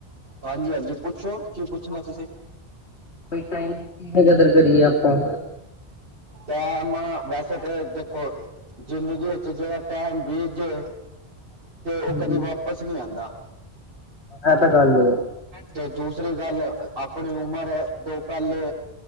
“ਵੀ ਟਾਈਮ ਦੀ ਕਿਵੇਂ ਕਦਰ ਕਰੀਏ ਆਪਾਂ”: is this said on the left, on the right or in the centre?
Left